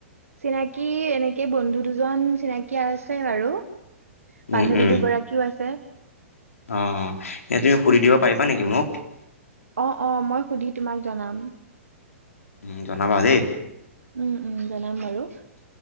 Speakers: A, on the right; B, on the left.
A: চিনাকি এনেকে বন্ধু দুজন চিনাকী আছে বাৰু
B: উম,
A: বান্ধৱী
B: উম।
A: দুগৰাকীও আছে।
B: অ এ তুমি সুধি দিব পাৰিবা নেকি মোক?
A: অ অ মই সুধি তোমাক জনাম।
B: উম জনাবা দেই।
A: উম উম জনাম বাৰু।